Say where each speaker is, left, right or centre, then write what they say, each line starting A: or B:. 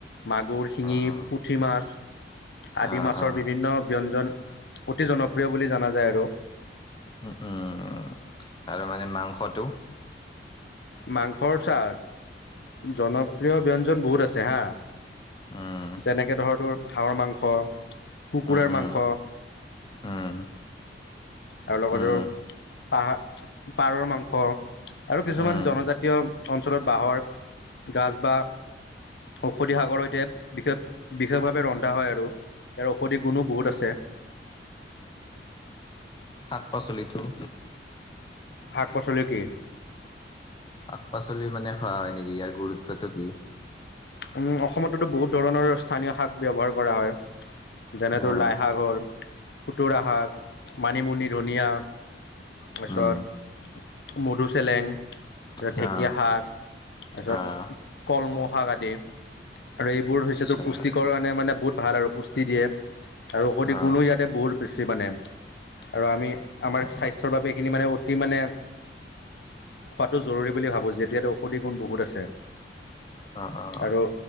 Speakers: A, on the left (about 70°); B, on the left (about 25°).
A: মাগুৰ, শিঙি,
B: অ',
A: পুঠি মাছ আদি
B: অ',
A: মাছৰ
B: অ',
A: বিভিন্ন ব্যঞ্জন অতি জনপ্ৰিয় বুলি জনা যায় আৰু।
B: উম - উম, আৰু মানে মাংসটো?
A: মাংসৰ চা, জনপ্ৰিয় ব্যঞ্জন বহুত আছে হা।
B: উম,
A: যেনেকে ধৰ তোৰ হাঁহৰ মাংস, কুকুৰাৰ
B: উম, উম,
A: মাংস।
B: উম,
A: আৰু লগতে
B: উম,
A: পাহা পাৰৰ মাংস আৰু কিছুমান
B: উম।
A: জনজাতীয়। অঞ্চলত বাঁহৰ গাজ বা ঔষধি শাকৰ সৈতে বিশেষ বিশেষভাৱে ৰন্ধা হয় আৰু। ইয়াৰ ঔষধি গুণো বহুত আছে।
B: প্ৰচলিতো।
A: শাক পাচলি কি।
B: শাক পাচলি মানে খোৱা হয় নেকি। ইয়াৰ গুৰুত্বটো কি।
A: উম অসমততো বহুত ধৰণৰ স্থানীয় শাক ব্যৱহাৰ কৰা হয়। যেনেতো
B: অ',
A: লাইশাক হ'ল খুতুৰা শাক, মানিমুনি, ধনিয়া। তাৰপিছত
B: উম,
A: মধু চেলেং তাৰপিছত
B: অ',
A: ঢেকীয়া শাক। তাৰ পিছত
B: অ',
A: কলমৌশাক আদি। আৰু এইবোৰ হৈছে
B: আচ্ছা,
A: তোৰ পুষ্টিকৰ। কাৰণে মানে বহুত ভাল আৰু পুষ্টি দিয়ে। আৰু ঔষধি
B: অ',
A: গুণো ইয়াতে বহুত বেছি। মানে আৰু আমি আমাৰ
B: অ',
A: স্বাস্থ্যৰ বাবে এইখিনি মানে অতি মানে। খোৱাটো জৰুৰী বুলি ভাবোঁ। যিহেতু ইয়াতে ঔষধি গুণ বহুত আছে।
B: অ', অ',
A: আৰু